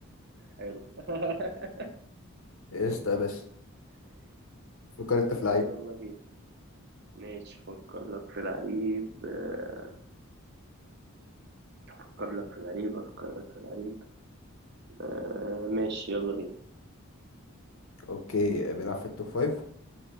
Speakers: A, on the right; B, on the left.
A: حلو <laughs>
B: ايش ده يا باشا فكر انت في لعيب
A: يلا بينا ماشي فكر لك في لعيب آه، افكر لك في لعيب افكر لك في لعيب آه، ماشي يلا بينا
B: اوكي بيلعب في التوب فايف